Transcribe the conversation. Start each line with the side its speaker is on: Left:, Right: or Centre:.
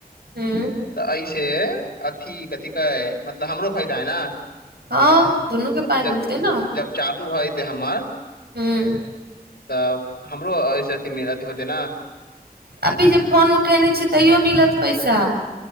Right: हुँ
Left: तऽ ऐसे अथी कथी कहै मतलब हमरो फायदा हइ नऽ
Right: हँ दुनू के पाइ
Left: जब
Right: मिलतै ने
Left: जब चालू भऽ जेतै हमर
Right: ह
Left: तऽ हमरो एहिसँ अथि अथि होतै नऽ
Right: अभी जे फोन उठेने छियै तैयो मिलत पैसा